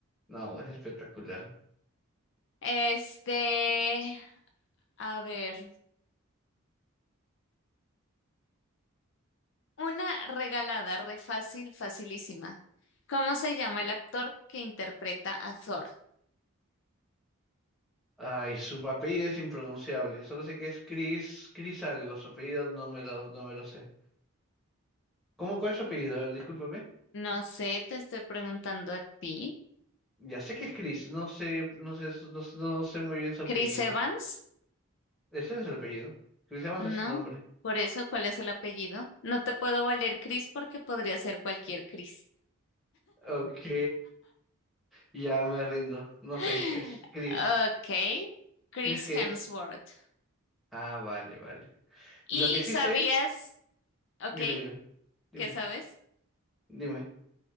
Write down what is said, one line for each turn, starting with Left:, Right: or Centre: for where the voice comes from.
Centre: No, es espectacular.
Left: Este, a ver, una regalada, re fácil, facilísima. ¿Cómo se llama el actor que interpreta a Thor?
Centre: Ay, su apellido es impronunciable, solo sé que es Chris, Chris algo, su apellido no me lo, no me lo sé. ¿Cómo, cuál es su apellido? A ver, discúlpame.
Left: No sé, te estoy preguntando a ti.
Centre: Ya sé que es Chris, no sé, no sé, su- no, s- no sé muy bien su apellido.
Left: Chris Evans,
Centre: Ese no es el apellido. Chris Evans
Left: ¿no?
Centre: es su nombre.
Left: Por eso, ¿cuál es el apellido? No te puedo valer Chris porque podría ser cualquier Chris.
Centre: Ok, ya me rindo. No
Left: <laughs>
Centre: sé, es Chris.
Left: Ok, Chris
Centre: ¿Chris qué
Left: Hemsworth.
Centre: es? Ah, vale, vale.
Left: ¿Y
Centre: Lo que sí
Left: sabías,
Centre: sé,
Left: ok,
Centre: dime, dime, dime,
Left: qué sabes?
Centre: dime.